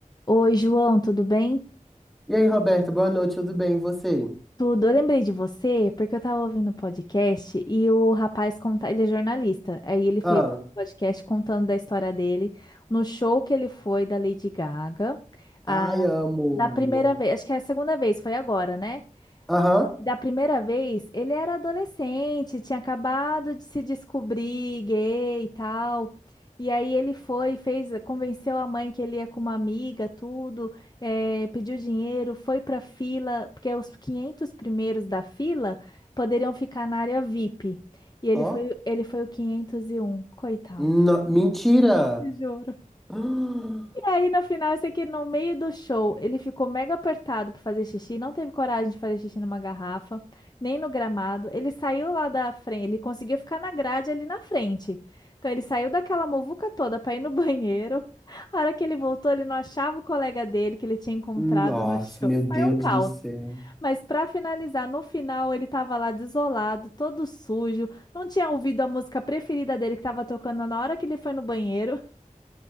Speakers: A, on the left (about 30°); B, in the centre.
A: Oi, João, tudo bem?
B: E aí, Roberto, boa noite, tudo bem? E você?
A: Tudo. Eu lembrei de você porque eu tava ouvindo um podcast e o rapaz conta, ele é jornalista. Aí ele fez
B: Ah,
A: um podcast contando da história dele no show que ele foi da Lady Gaga, a
B: ai, amo.
A: da primeira vez, acho que é a segunda vez, foi agora, né?
B: Aham,
A: E da primeira vez, ele era adolescente, tinha acabado de se descobrir gay e tal. E aí ele foi, fez, convenceu a mãe que ele ia com uma amiga, tudo, eh, pediu dinheiro, foi para fila, porque os 500 primeiros da fila poderiam ficar na área VIP. E ele
B: ó.
A: foi, ele foi o 501, coitado.
B: No- mentira!
A: Juro.
B: Ah,
A: Aí no final, eu sei que no meio do show ele ficou mega apertado pra fazer xixi, não teve coragem de fazer xixi numa garrafa, nem no gramado. Ele saiu lá da frente, ele conseguiu ficar na grade ali na frente. Então ele saiu daquela muvuca toda pra ir no <laughs> banheiro. A hora que ele voltou, ele não achava o colega dele que ele tinha encontrado
B: Nossa,
A: no show.
B: meu Deus
A: Foi um caos.
B: do céu.
A: Mas pra finalizar, no final ele tava lá desolado, todo sujo, não tinha ouvido a música preferida dele que tava tocando na hora que ele foi no banheiro.